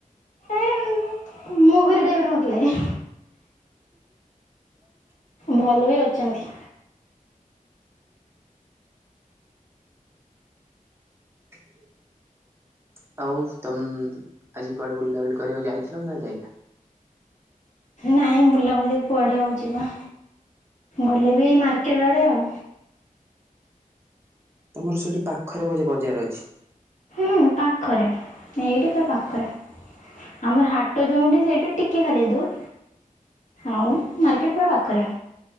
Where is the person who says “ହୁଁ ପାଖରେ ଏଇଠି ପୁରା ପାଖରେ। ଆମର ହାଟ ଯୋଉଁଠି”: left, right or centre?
Left